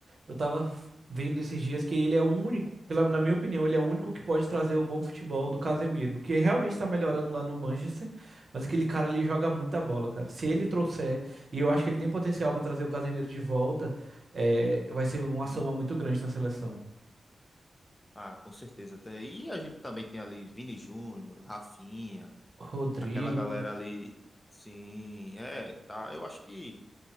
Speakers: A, on the right; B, on the left.
A: eu tava f- vendo esses dias que ele é o único, pela, na minha opinião, ele é o único que pode trazer o bom futebol do Casemiro, que realmente tá melhorando lá no Manchester, mas aquele cara ali joga muita bola, cara. Se ele trouxer, e eu acho que ele tem potencial pra trazer o Casemiro de volta, é, vai ser uma
B: Sim.
A: soma muito grande na seleção.
B: Ah, com certeza. Tem- E a gente também tem ali Vini Júnior, Rafinha,
A: Rodrigo.
B: aquela galera ali, sim, é, tá. Eu acho que